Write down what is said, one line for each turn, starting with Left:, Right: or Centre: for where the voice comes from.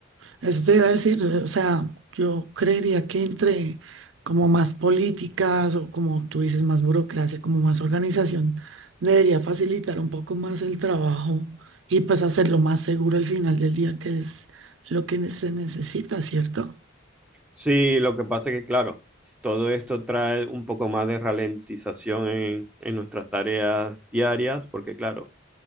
Right: Eso te iba a decir, o sea, yo creería que entre como más políticas o como tú dices, más burocracia, como más organización, debería facilitar un poco más el trabajo y pues hacerlo más seguro al final del día, que es lo que ne- se necesita, ¿cierto?
Centre: Sí, lo que pasa es que, claro, todo esto trae un poco más de ralentización en, en nuestras tareas diarias, porque, claro,